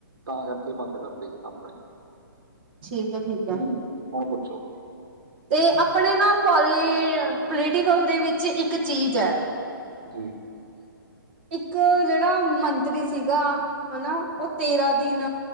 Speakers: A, on the right; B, on the right.
A: ਤਾਂ ਕਰਕੇ ਬੰਦ ਕਰਦੇ ਸੀ ਕੰਪਨੀ।
B: ਠੀਕ ਹੈ-ਠੀਕ ਹੈ।
A: ਹੂੰ ਹੁਣ ਪੁਛੋ।
B: ਤੇ ਆਪਣੇ ਨਾ ਪੋਲੀ ਪੋਲੀਟੀਕਲ ਦੇ ਵਿੱਚ ਇੱਕ ਚੀਜ਼ ਹੈ।
A: ਜੀ।
B: ਇੱਕ ਜਿਹੜਾ ਮੰਤਰੀ ਸੀਗਾ ਹਨਾ। ਉਹ ਤੇਰਾਂ ਦਿਨ